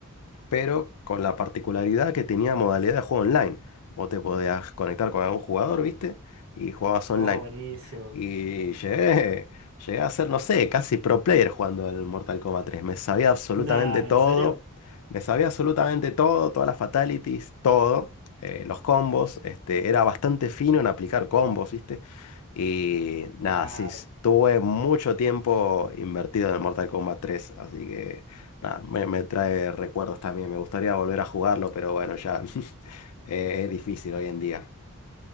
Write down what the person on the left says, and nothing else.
pero con la particularidad que tenía modalidad de juego online. Vos te podías conectar con algún jugador, ¿viste? Y jugabas online.
Y llegué, llegué a ser, no sé, casi pro player jugando el Mortal Kombat tres Me sabía absolutamente
todo.
Me sabía absolutamente todo, todas las fatalities, todo. eh, los combos. Este, era bastante fino en aplicar combos, ¿viste? Y
nada, sí, s- tuve mucho tiempo invertido en el Mortal Kombat tres Así que nada, me, me trae recuerdos también. Me gustaría volver a jugarlo, pero bueno, ya <laughs> eh, es difícil hoy en día.